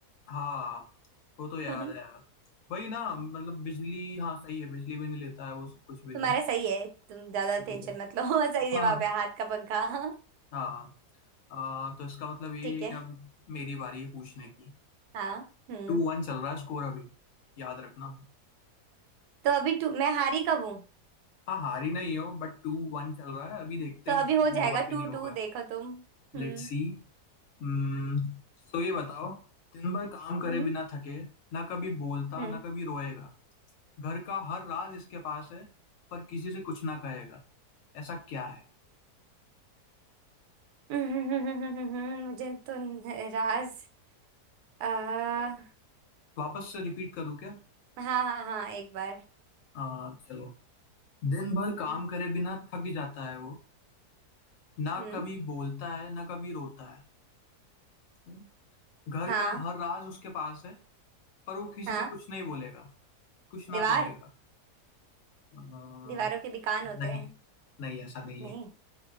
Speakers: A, on the left; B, on the right.
A: हाँ वो तो याद
B: <laughs>
A: है यार वही ना मतलब बिजली हाँ सही है बिजली भी नहीं लेता है वो सब कुछ भी
B: तुम्हारा
A: नहीं
B: सही है तुम ज्यादा
A: सही
B: टेंशन
A: है
B: मत लो <laughs> सही
A: हाँ
B: जवाब है हाथ का पंखा <laughs>
A: हाँ आ, तो इसका मतलब ये
B: ठीक
A: है
B: है
A: कि अब मेरी बारी है पूछने की
B: हाँ हम्म
A: टू वन चल रहा है स्कोर अभी याद रखना
B: तो अभी टू मैं हारी कब हूँ
A: हाँ हारी नहीं हो बट टू वन चल रहा है अभी देखते
B: तो
A: हैं
B: अभी
A: टू
B: हो जाएगा
A: होगा कि
B: टू
A: नहीं होगा
B: टू देखो तुम हम्म
A: Let's see हम्म, चलो ये बताओ दिन भर काम करे
B: हम्म
A: बिना थके ना कभी बोलता
B: हम्म
A: ना कभी रोएगा घर का हर राज इसके पास है पर किसी से कुछ ना कहेगा ऐसा क्या है
B: हम्म, <laughs> मुझे तो न- राज आ,
A: वापस से रिपीट करूँ क्या
B: हाँ हाँ हाँ एक बार
A: आ, चलो दिन भर काम
B: हम्म
A: करे बिना थक जाता है वो ना
B: हम्म
A: कभी बोलता है ना कभी रोता है है ना? घर
B: हाँ
A: का हर राज उसके पास है पर वो किसी
B: हाँ
A: से कुछ नहीं बोलेगा कुछ ना
B: दीवार
A: कहेगा आ,
B: दीवारों के दुकान होते
A: नहीं
B: हैं
A: नहीं ऐसा नहीं
B: नहीं
A: है